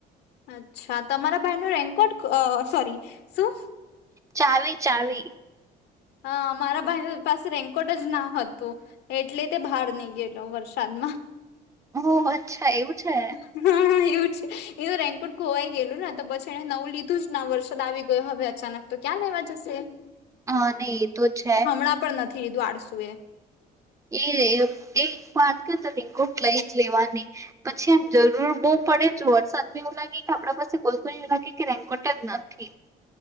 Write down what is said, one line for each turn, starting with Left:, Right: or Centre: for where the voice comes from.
Left: અચ્છા તમારા ભાઈ નો રેન્કોટ સોરી શું
Right: ચાવી ચાવી
Left: હ મારા ભાઈ પાસે રેન્કોટ જ ના હતું. એટલે તે બાર ની ગયેલો વરસાદમાં.
Right: ઓહ અચ્છા એવું છે.
Left: હમ્મ. એવું છે એનું રેન્કોટ ખોવાઈ ગયેલું ને તો પછી એને નવું લીધું જ ના વરસાદ આવી ગયો હવે અચાનક. તો ક્યાં લેવા જશું
Right: હા નહી એ તો છે.
Left: હમણાં પણ નથી આળસુ એ
Right: એ એક વાત કેવ તને કોટ લઈ જ લેવાની. પછી એમ જરૂર બો પડે જો વરસાદમાં એવું લાગે કે આપણા પાસે કોઈ <unintelligible> એવું લાગે કે રેન્કોટ જ નથી.